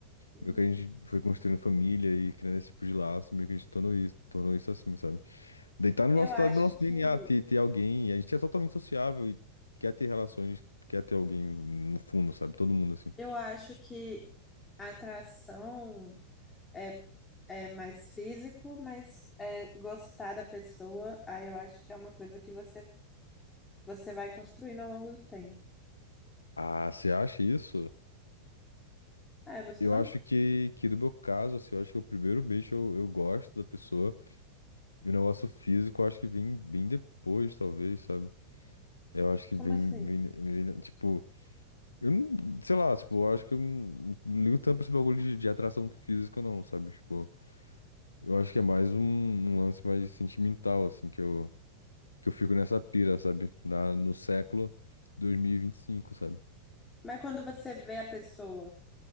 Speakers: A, on the left; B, on the left.
A: uhum.
B: Meio que a gente foi construindo família e criando esse tipo de laço, meio que a gente tornou isso, tornou isso assim, sabe? Daí tá no
A: Eu
B: nosso,
A: acho
B: tá no nosso DNA
A: que.
B: ter, ter alguém, e a gente é totalmente sociável e quer ter relações, quer ter alguém no fundo, sabe? Todo mundo assim.
A: Eu acho que a atração é, é mais físico, mas é gostar da pessoa, aí eu acho que é uma coisa que você Você vai construindo ao longo do tempo.
B: Ah, você acha isso?
A: Ah, é você
B: Eu
A: não?
B: acho que, que no meu caso, assim, eu acho que o primeiro beijo eu, eu gosto da pessoa, e o negócio físico eu acho que vem bem depois, talvez, sabe? Eu acho que vem,
A: Como assim?
B: vem, vem tipo. Eu não, sei lá, tipo, eu acho que eu não, não ligo tanto pra esse bagulho de, de atração física, não, sabe? Tipo, eu acho que é mais um, um lance mais sentimental, assim, que eu, que eu fico nessa pira, sabe? Na, no século 2025, sabe?
A: Mas quando você vê a pessoa,